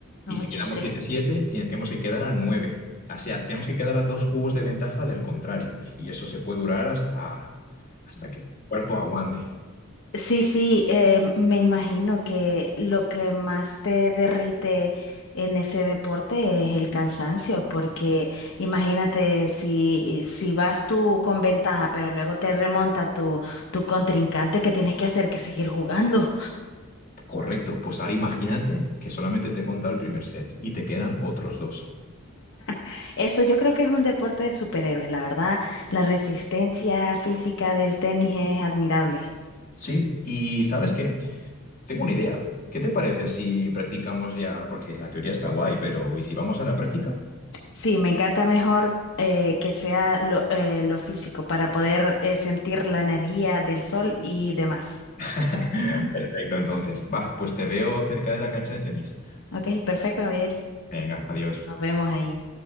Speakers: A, on the left; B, on the left.
A: Y
B: Ocho,
A: si quedamos
B: sí.
A: 7-7, tienes- tenemos que quedar a 9. O sea, tenemos que quedar a dos juegos de ventaja del contrario. Y eso se puede durar hasta, hasta que el cuerpo aguante.
B: Sí, sí, eh, me imagino que lo que más te derrite en ese deporte es el cansancio, porque imagínate si, si vas tú con ventaja, pero luego te remonta tu, tu contrincante, ¿qué tienes que hacer? Que seguir jugando.
A: Correcto, pues ahora imagínate que solamente te he contado el primer set y te quedan otros dos.
B: <laughs> Eso yo creo que es un deporte de superhéroes, la verdad. La resistencia física del tenis es admirable.
A: Sí, y ¿sabes qué? Tengo una idea. ¿Qué te parece si practicamos ya? Porque la teoría está guay, pero ¿y si vamos a la práctica?
B: Sí, me encanta mejor eh, que sea lo, eh, lo físico para poder eh, sentir la energía del sol y demás.
A: <laughs> Perfecto, entonces, va, pues te veo cerca de la cancha de tenis.
B: Ok, perfecto, Gabriel.
A: Venga, adiós.
B: Nos vemos ahí.